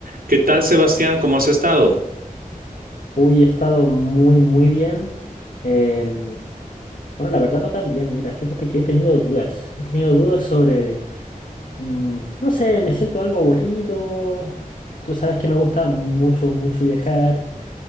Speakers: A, on the right (about 85°); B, on the left (about 65°).
A: ¿Qué tal, Sebastián? ¿Cómo has estado?
B: Uy, he estado muy, muy bien. Em, bueno, la verdad no tan bien. Mira, fíjate que he tenido dudas. He tenido dudas sobre, mm, no sé, me siento algo aburrido. Tú sabes que me gusta mucho, mucho viajar.